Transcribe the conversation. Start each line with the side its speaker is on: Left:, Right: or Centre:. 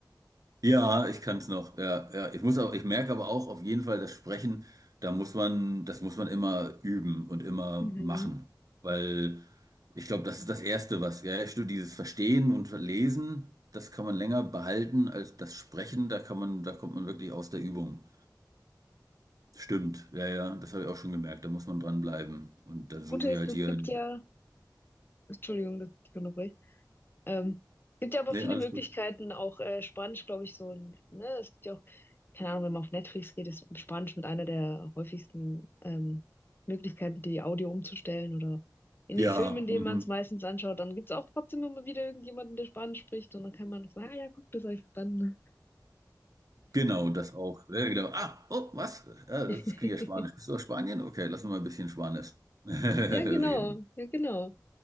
Right: Ja, ich kann es noch. Ja, ja. Ich muss aber, ich merke aber auch auf jeden Fall, das Sprechen, da muss man, das muss man immer üben und immer
Left: Mhm.
Right: machen. Weil ich glaube, das ist das Erste, was, ja, ja, stimmt, dieses Verstehen und Lesen, das kann man länger behalten als das Sprechen, da kann man, da kommt man wirklich aus der Übung. Stimmt, ja, ja, das habe ich auch schon gemerkt, da muss man dranbleiben. Und da
Left: Das
Right: suche
Left: Gute ist,
Right: ich halt
Left: es
Right: hier,
Left: gibt ja. Entschuldigung, dass ich dich unterbreche. Ähm, es gibt ja aber
Right: nee,
Left: viele
Right: alles
Left: Möglichkeiten,
Right: gut.
Left: auch äh, Spanisch, glaube ich, so ein, ne, es gibt ja auch, keine Ahnung, wenn man auf Netflix geht, ist Spanisch mit einer der häufigsten ähm, Möglichkeiten, die Audio umzustellen oder in
Right: Ja,
Left: den Filmen, in denen
Right: mhm.
Left: man es meistens anschaut, dann gibt es auch trotzdem immer wieder irgendjemanden, der Spanisch spricht und dann kann man noch sagen, ah ja, guck, das habe ich verstanden.
Right: Genau, das auch. Ja, genau. Ah, oh, was? Ja,
Left: <laughs>
Right: das klingt ja Spanisch. Bist du aus Spanien? Okay, lass uns mal ein bisschen Spanisch <laughs> reden.
Left: Ja, genau, ja, genau.